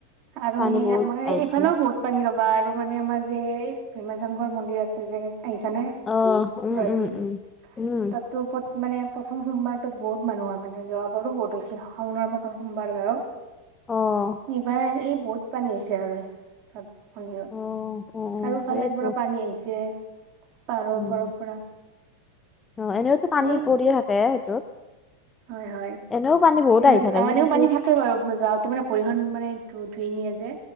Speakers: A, on the right (about 40°); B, on the left (about 15°).
A: আৰু
B: পানী
A: সেই
B: বহুত
A: আমাৰ
B: আহিছে।
A: এইফালেও বহুত পানী ৰ'বা আৰু মানে আমাৰ যে এই ভীমাচংঘৰ মন্দিৰ আছে যে আহিছানে?
B: আহ উম,
A: গুৱাহাটীত?
B: উম, উম, উম।
A: তাতো মানে প্ৰথম সোমবাৰতো বহুত মানুহ হয় মানে যোৱাবাৰো বহুত হৈছিল শাওণৰ প্ৰথম সোমবাৰ বাৰু।
B: অ',
A: এইবাৰ এই বহুত পানী হৈছে আৰু তাত। মন্দিৰত
B: অ', অ',
A: চাৰিওফালে
B: সেইটো।
A: পুৰা পানী আহিছে। পাহাৰৰ
B: উম,
A: ওপৰৰ পৰা
B: অঁ, এনেওতো পানী
A: এই
B: পৰি থাকে সেইটোত।
A: হয়, হয়,
B: এনেও পানী বহুত
A: এনেও
B: আহি থাকে
A: অঁ
B: কিন্তু
A: এনেও পানী থা- বাৰু যাওঁতে মানে ভৰিখন মানে ধু ধুই নিয়ে যে